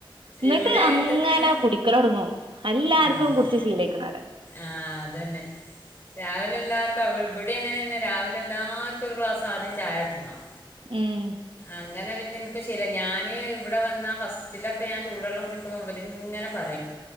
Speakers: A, on the right; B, on the left.
A: ന്നിട്ട്
B: ഇവിടെ
A: അങ്ങനെ
B: തന്നെയാണ്
A: കുടിക്കലൊടങ്ങും എല്ലാർ
B: ഉം
A: ശീലയ്ക്ക്ണവടെ
B: ആഹ് അതന്നെ രാവിലെ എല്ലാവർക്കും അവ് ഇവിടെ അങ്ങനെന്നേ രാവിലെ എല്ലാർക്കും ഒരു ക്ലാസ് ആദ്യം ചായ കിട്ടണം
A: ഉം
B: അങ്ങനെ പിന്നെ ഇൻക്ക് ശിരായ് ഞാന് ഇവടെ വന്നാ ഫസ്റ്റിലൊക്കെ ഞാൻ ചൂടൊള്ളം കുടികു ഇവല്ങ്ങനെ പറയും